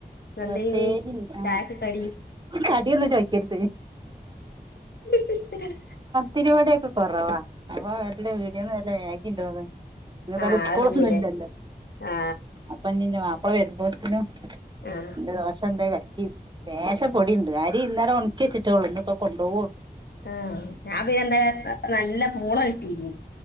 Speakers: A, on the left; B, on the right.
A: എന്തേനി
B: വസേരി ആഹ്
A: ചായക്ക് കടി
B: കടിയൊന്നും ചോയ്ക്കര്ത്
A: <unintelligible>
B: തിരുവടയൊക്കെ കൊറവാ പീടിയേന്ന് നല്ല മെഗിണ്ടോന്ന് ഇന്ന്പ്പൊ
A: ആ
B: ഏതാലും സ്കൂളൊന്നും
A: അത് തിന്നില്ലേ
B: ഇല്ലല്ലോ
A: ആ
B: അപ്പഞ് ഇന്റെ മാപ്പള വരുമ്പോത്തിനു
A: ആഹ്
B: ദോശണ്ട് കൽക്കി ലേശ പൊടിണ്ട് അരി ഇന്നലെ ഒണക്കി ച്ചിട്ടൊള്ളൂ ഇന്ന്പ്പൊ കൊണ്ടൊവോ
A: ആഹ് ഞാ പിന്നെ എന്താ നല്ല പൂള കിട്ടീനി